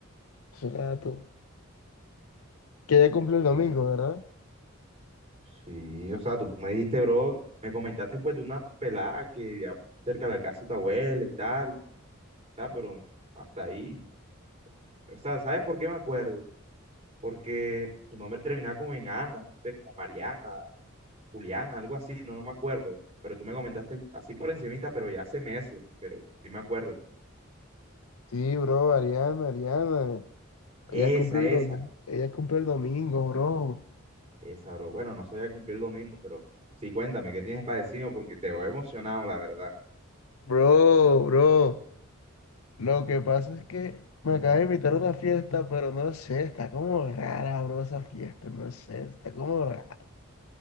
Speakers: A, on the left; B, on the right.
A: hace rato, que ella cumple el
B: Sí,
A: domingo, ¿verdad?
B: sí, o sea, tú me dijiste, bro, me comentaste pues de una pelada que ya cerca de la casa de tu abuela y tal, o sea, pero hasta ahí. O sea, ¿sabes por qué me acuerdo? Porque su nombre terminaba como en Ana, no sé, como Mariana, Juliana, algo así, no, no me acuerdo. Pero tú me comentaste así por encimita, pero ya hace meses, pero sí me acuerdo.
A: Sí, bro, Ariana, Ariana,
B: Esa,
A: ella cumple el
B: esa,
A: domingo, ella cumple el domingo, bro.
B: esa, bro. Bueno, no sabía cumplir el domingo, pero sí, cuéntame, ¿qué tienes para decirme? Porque te veo emocionado, la verdad.
A: Bro, bro, lo que pasa es que me acaba de invitar a una fiesta, pero no sé, está como rara, bro, esa fiesta, no sé, está como rara.